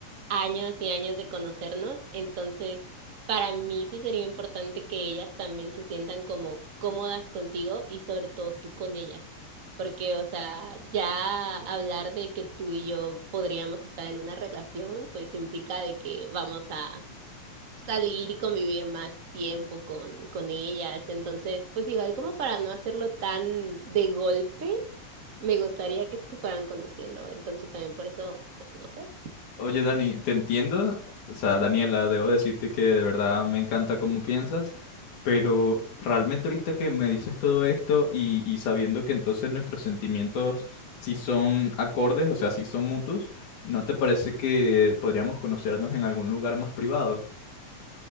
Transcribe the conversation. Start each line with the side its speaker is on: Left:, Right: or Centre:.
Right: años y años de conocernos, entonces para mí sí sería importante que ellas también se sientan como cómodas contigo y sobre todo tú con ellas. Porque, o sea, ya hablar de que tú y yo podríamos estar en una relación, pues implica de que vamos a salir y convivir más tiempo con, con ellas. Entonces, pues igual como para no hacerlo tan de golpe, me gustaría que se fueran conociendo. Entonces también por eso, pues no sé.
Left: Oye, Dani, te entiendo, o sea, Daniela, debo decirte que de verdad me encanta cómo piensas, pero realmente ahorita que me dices todo esto y, y sabiendo que entonces nuestros sentimientos sí son acordes, o sea, sí son mutuos, ¿no te parece que podríamos conocernos en algún lugar más privado?